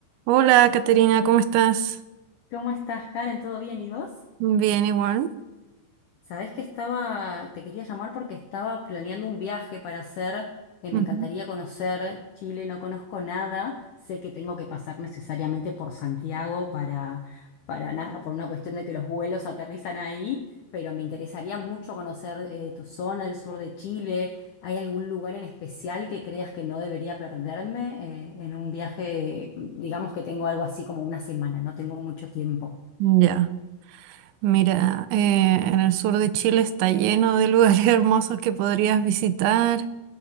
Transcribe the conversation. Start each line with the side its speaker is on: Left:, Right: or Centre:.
Right: Hola, Caterina, ¿cómo estás?
Left: ¿Cómo estás, Karen? ¿Todo bien? ¿Y vos?
Right: Bien, igual.
Left: Sabés que estaba, te quería llamar porque estaba planeando un viaje para hacer, eh, me
Right: Ujú,
Left: encantaría conocer Chile, no conozco nada, sé que tengo que pasar necesariamente por Santiago para, para nada, por una cuestión de que los vuelos aterrizan ahí, pero me interesaría mucho conocer eh, tu zona, el sur de Chile. ¿Hay algún lugar en especial que creas que no debería perderme eh, en un viaje, digamos que tengo algo así como una semana, no tengo mucho tiempo?
Right: ujú. Ya. Mira, eh, en el sur de Chile está lleno de lugares <laughs> hermosos que podrías visitar.